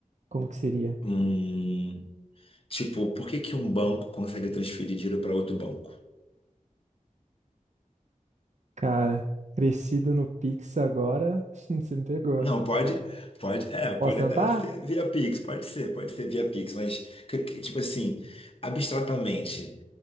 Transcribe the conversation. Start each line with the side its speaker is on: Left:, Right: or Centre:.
Right: Como que seria?
Left: Hum, tipo, por que que um banco consegue transferir dinheiro para outro banco?
Right: Cara, crescido no Pix agora, <laughs> você me pegou.
Left: Não, pode, pode, é, pode
Right: Posso
Left: até
Right: tentar?
Left: ser via Pix, pode ser, pode ser via Pix, mas que- que, tipo assim, abstratamente,